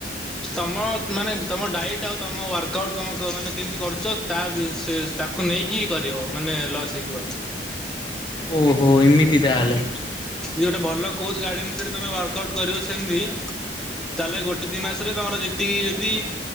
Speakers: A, in the centre; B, on the left.
A: ତମ ମାନେ ତମ ଡାଇଟ୍ ଆଉ ତମ ୱାର୍କ ଆଉଟ୍ ତାମେ ମାନେ କେମତି କର ସେ ତାକୁ ନେଇକି କରିବ ମାନେ ଲସ୍ ହେଇଯିବ।
B: ଓହୋ ଏମିତି ତାହେଲେ।
A: ଯଦି ଗୋଟେ ଭଲ କୋଚ୍ ଗଡେନ୍ରେ ତମେ ୱାର୍କ ଆଉଟ୍ କରିବ ସେମତି ତାହେଲେ ଗୋଟେ ଦି ମାସରେ ତମର ଯେତିକି ଯଦି